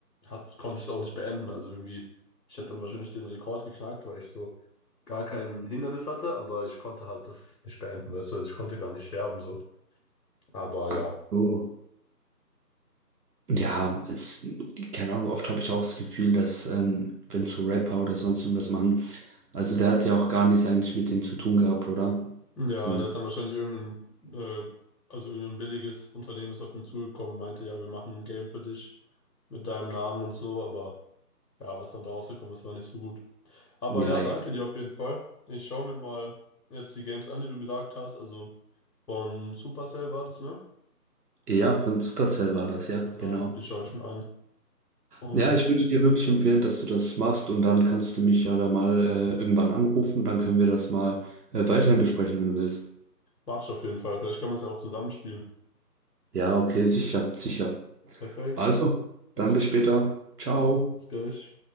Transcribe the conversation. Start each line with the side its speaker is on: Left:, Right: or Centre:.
Left: hat's, konnte ich es auch nicht beenden. Also irgendwie, ich hätte dann wahrscheinlich den Rekord geknackt, weil ich so gar kein Hindernis hatte, aber ich konnte halt das nicht beenden, weißt du, also ich konnte gar nicht sterben so. Aber ja.
Right: Ach so. Ja, es, keine Ahnung, oft habe ich auch das Gefühl, dass, ähm, wenn so Rapper oder sonst irgendwas machen, also der hat ja auch gar nichts eigentlich mit dem zu tun gehabt, oder?
Left: Ja,
Right: Sondern,
Left: der hat dann wahrscheinlich irgendein, äh, also irgendein billiges Unternehmen ist auf ihn zugekommen, meinte, ja, wir machen ein Game für dich mit deinem Namen und so, aber. Ja, was dann da rausgekommen ist, war nicht so gut. Aber
Right: ja,
Left: ja,
Right: eben.
Left: danke dir auf jeden Fall. Ich schaue mir mal jetzt die Games an, die du gesagt hast. Also von Supercell war das, ne?
Right: ja, von Supercell war das, ja,
Left: Genau,
Right: genau.
Left: die schaue ich mir an. Und
Right: Ja, ich würde dir wirklich
Left: ja,
Right: empfehlen, dass du das machst und dann kannst du mich ja da mal äh, irgendwann anrufen, dann können wir das mal äh, weiterhin besprechen, wenn du willst.
Left: mach ich auf jeden Fall. Vielleicht kann man es ja auch zusammenspielen.
Right: Ja, okay, sicher, sicher.
Left: Perfekt.
Right: Also,
Left: Mach's
Right: dann
Left: gut.
Right: bis später. Ciao.
Left: Bis gleich.